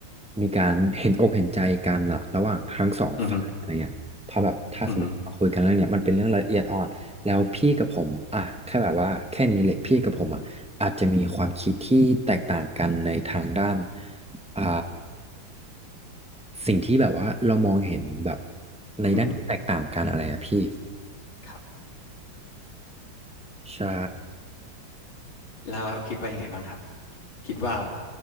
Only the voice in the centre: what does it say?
มีการเห็นอกเห็นใจกันอะระหว่างทั้งสองฝ่ายอะไรเงี้ยเพราะแบบถ้าสมมติว่าคุยกันเรื่องเนี้ยมันเป็นเรื่องละเอียดอ่อน
แล้วพี่กับผมอ่ะแค่แบบว่าแค่นี้เลยพี่กับผมอ่ะอาจจะมีความคิดที่แตกต่างกันในทางด้านอ่าสิ่งที่แบบว่าเรามองเห็นแบบในด้านที่แตกต่างกันอะไรอ่ะพี่
ใช่